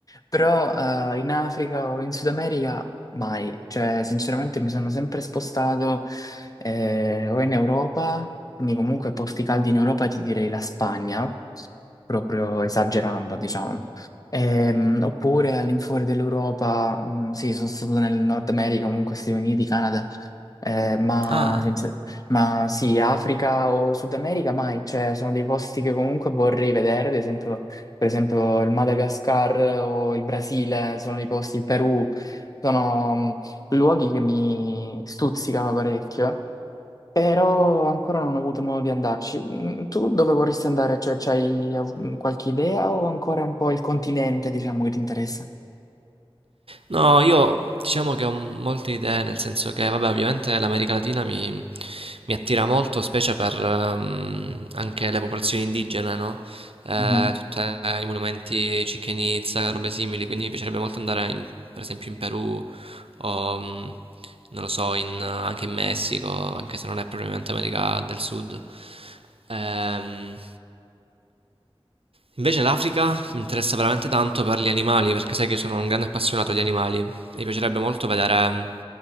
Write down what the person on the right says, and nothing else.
Ah,
no, io diciamo che ho molte idee, nel senso che, vabbè, ovviamente l'America Latina mi, mi attira molto, specie per ehm, anche le popolazioni indigene, no? Eh,
tutti i monumenti Chichen Itza, robe simili, quindi mi piacerebbe molto andare in- per esempio in Perù o mm, non lo so, in- anche in Messico, anche se non è propriamente America del Sud. Ehm, Invece l'Africa mi interessa veramente tanto per gli animali, perché sai che io sono un grande appassionato di animali. Mi piacerebbe molto vedere